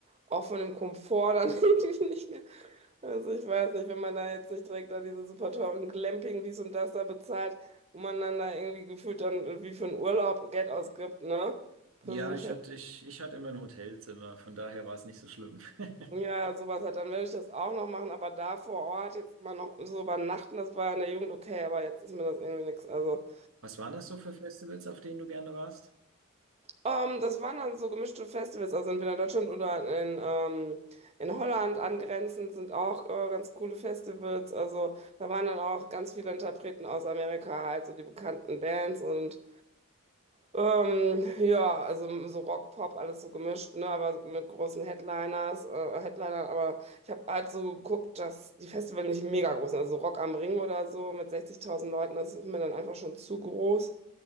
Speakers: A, on the right; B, on the right.
A: auch von dem Komfort dann <laughs> irgendwie nicht mehr. Also ich weiß nicht, wenn man da jetzt nicht direkt da diese super teuren Glamping, dies und das da bezahlt, wo man dann da irgendwie gefühlt dann wie für einen Urlaub Geld ausgibt, ne?
B: Ja,
A: Für so ein
B: ich
A: Fest.
B: hatte, ich, ich hatte immer ein Hotelzimmer, von daher war es nicht so schlimm. <laughs>
A: Ja, sowas halt, dann werde ich das auch noch machen, aber da vor Ort jetzt immer noch so übernachten, das war in der Jugend okay, aber jetzt ist mir das irgendwie nichts. Also.
B: Was waren das so für Festivals, auf denen du gerne warst?
A: Ähm, das waren dann so gemischte Festivals, also entweder in Deutschland oder in, ähm, in Holland angrenzend sind auch äh, ganz coole Festivals. Also da waren dann auch ganz viele Interpreten aus Amerika, halt so die bekannten Bands und ähm, ja, also so Rock, Pop, alles so gemischt, ne, aber mit großen Headliners, äh, Headlinern. Aber ich habe halt so geguckt, dass die Festivals nicht mega groß sind. Also Rock am Ring oder so mit 60.000 Leuten, das ist mir dann einfach schon zu groß.